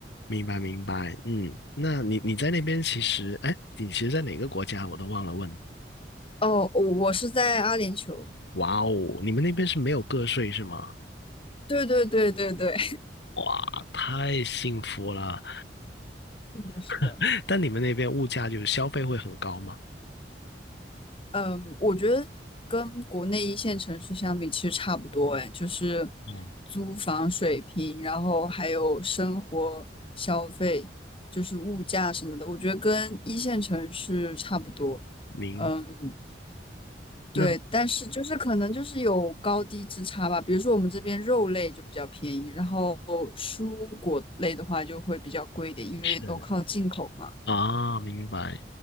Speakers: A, on the left; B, on the left.
A: 明白明白，嗯，那你你在那边其实，哎，你其实在哪个国家我都忘了问。
B: 哦，我我是在阿联酋。
A: 哇哦，你们那边是没有个税是吗？
B: 对对对对对，
A: 哇，太幸福了。
B: <laughs> 是的。
A: <laughs> 但你们那边物价就是消费会很高吗？
B: 嗯，我觉得跟国内一线城市相比，其实差不多哎，就是
A: 哦，
B: 租房水平，然后还有生活消费，就是物价什么的，我觉得跟一线城市差不多。
A: 明，
B: 嗯，对，
A: 那
B: 但是就是可能就是有高低之差吧。比如说我们这边肉类就比较便宜，然后蔬果类的话就会比较贵一点，因为都靠进口嘛。
A: 是。啊，明白。